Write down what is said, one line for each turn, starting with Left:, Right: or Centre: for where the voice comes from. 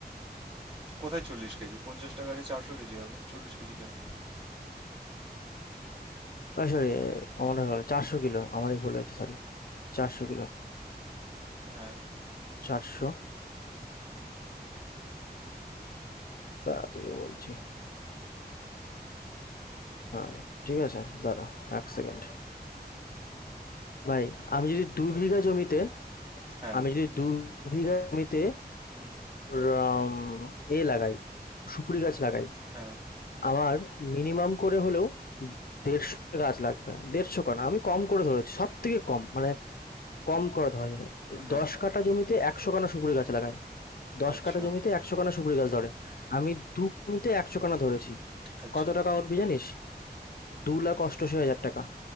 Right: কোথায় চল্লিশ কেজি পঞ্চাশ টাকা আছে চারশো কেজি হবে চল্লিশ কেজি কেন
Left: সরি আমার হলো চারশো কিলো আমারই ভুল হয়েছে সরি চারশো কিলো
Right: হ্যাঁ
Left: চারশো দাঁড়া তোকে বলছি হ্যাঁ ঠিক আছে দাঁড়া এক সেকেন্ড ভাই আমি যদি দু বিঘা জমিতে
Right: হ্যাঁ
Left: আমি যদি দু বিঘা জমিতে
Right: হুম
Left: ওর আম এ লাগাই, সুপুরি গাছ লাগাই।
Right: হ্যাঁ
Left: আমার মিনিমাম করে হলেও ১৫০ টা গাছ লাগবে। ১৫০ কানা, আমি কম করে ধরেছি। সবথেকে কম, মানে কম করে ধরা যায়।
Right: হ্যাঁ
Left: ১০ কাঠা জমিতে ১০০ কানা সুপুরি গাছ লাগাই। ১০
Right: আচ্ছা
Left: কাঠা জমিতে ১০০ কানা সুপুরি গাছ ধরে। আমি ২ জমিতে ১০০ কানা ধরেছি।
Right: আচ্ছা
Left: কত টাকা উঠবে জানিস? ২,৮৮,০০০ টাকা